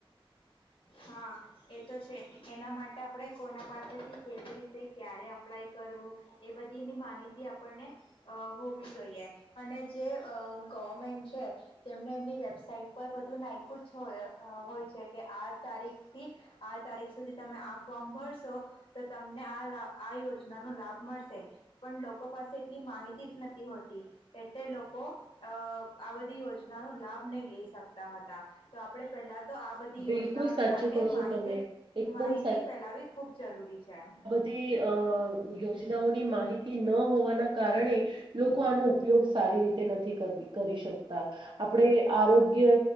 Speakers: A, on the left; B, on the right.
A: હા એ તો છે એના માટે આપણે કોના પાસેથી કેવી રીતે ક્યારે અપ્લાય એ કરવું એ બધી ની માહિતી આપણને અહ હોવી જોઈએ અને જે અહ ગવર્મેન્ટ છે તેમને એમની વેબસાઈટ પર બધું નાઈ ખુજ હોય અહ હોય છે કે આ તારીખથી આ તારીખ સુધી તમે આ ફોર્મ ભરશો તો તમને આ લા આ યોજના નું લાભ મળશે. પણ લોકો પાસે એટલી માહિતી જ નથી હોતી એટલે લોકો અહ આ બધી યોજના નું લાભ નહીં લઈ શકતા હ તા. તો આપડે પેલા તો આ બધી
B: બિલકુલ
A: યોજનાઓનો
B: સાચું
A: માટે
B: કહો છો
A: માહિતી
B: તમે એકદમ
A: માહિતી ફેલાવી ખૂબ જરૂરી છે.
B: તે અહ યોજનાઓની માહિતી નો હોવાના કારણે લોકો આનો ઉપયોગ સારી રીતે નથી કરવી કરી શકતા. આપણે આરોગ્ય